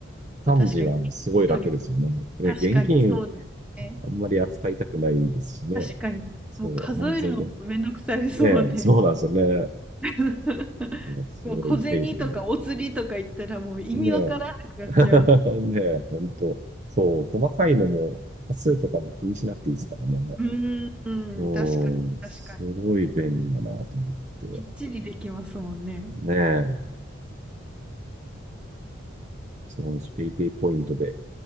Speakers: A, in the centre; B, on the right.
A: 確かに、
B: 幹事はすごい楽ですよね。
A: 金よりも、
B: ね、
A: 確かにそうですね。
B: 現金あんまり扱いたくないですしね。
A: 確かに。
B: そう、
A: もう数えるのもめんどくさいですもんね。
B: 安全が。ねえ、そうなんですよね。
A: <laughs>
B: すごいフェイクで
A: もう小銭とかお釣りとか言ったらもう意味わからなくなっちゃいます。
B: ねえ。<laughs> ねえ、ほんと。そう、細かいのも、端数とかも気にしなくていいですからね。
A: うーん、
B: うん、
A: 確かに、確かに。
B: すごい便利だなと思って。
A: きっちりできますもんね。
B: ねえ。そのうちペイペイポイントで